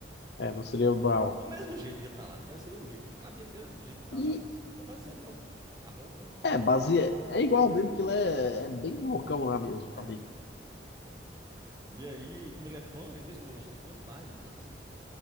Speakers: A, on the left; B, on the right.
A: é, não seria o Brown.
B: Do mesmo jeito que ele tá lá, entendeu? Seria o Rick. O cabelo dele é do jeito que ele tá
A: E
B: lá mesmo. É baseado igualzinho. A roupa normal.
A: é, base é igual mesmo que ele é, é bem loucão lá mesmo
B: né?
A: também.
B: E aí, como ele é fã, ele mesmo falou: eu sou fã demais, assisto.